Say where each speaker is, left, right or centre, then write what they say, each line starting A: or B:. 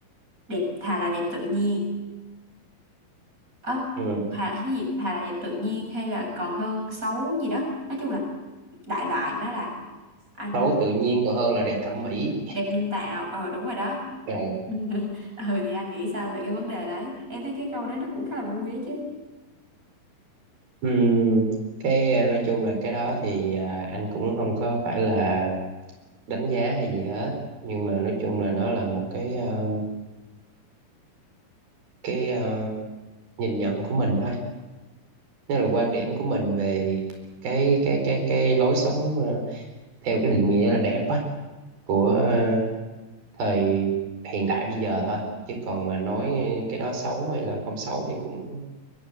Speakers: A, on the right; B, on the right.
A: đẹp thà là đẹp tự nhiên. Ơ
B: ừ.
A: thà cái gì? Thà là đẹp tự nhiên hay là còn hơn xấu gì đó. Nói chung là đại loại đó là anh
B: xấu tự nhiên còn hơn là đẹp thẩm mỹ
A: đẹp nhân tạo. Ờ đúng rồi đó.
B: Ờ.
A: <laughs> ừ thì anh nghĩ sao về cái vấn đề đấy em thấy cái câu đấy nó cũng khá là vui ấy chứ
B: ừ. cái à, nói chung là cái đó thì à, anh cũng không có phải là đánh giá hay gì hết nhưng mà nói chung là nó là một cái ờ, cái ờ, nhìn nhận của mình thôi nó là quan điểm của mình về cái cái cái cái lối sống ờ, theo cái định nghĩa là đẹp á của ờ, thời hiện đại bây giờ thôi chứ còn mà nói cái đó xấu hay là không xấu thì cũng